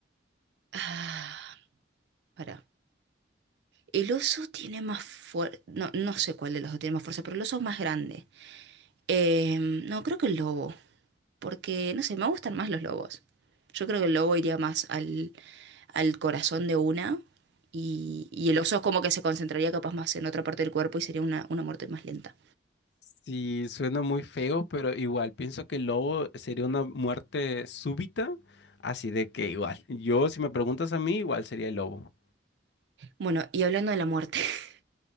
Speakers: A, on the right; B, on the left.
A: Ah, pará. El oso tiene más fuerza. No, no sé cuál de los dos tiene más fuerza, pero el oso es más grande. Eh, no, creo que el lobo. Porque, no sé, me gustan más los lobos. Yo creo que el lobo iría más al, al corazón de una y, y el oso es como que se concentraría capaz más en otra parte del cuerpo y sería una, una muerte más lenta.
B: Sí, suena muy feo, pero igual pienso que el lobo sería una muerte súbita, así de que igual, yo si me preguntas a mí, igual sería el lobo.
A: Bueno, y hablando de la muerte, <laughs>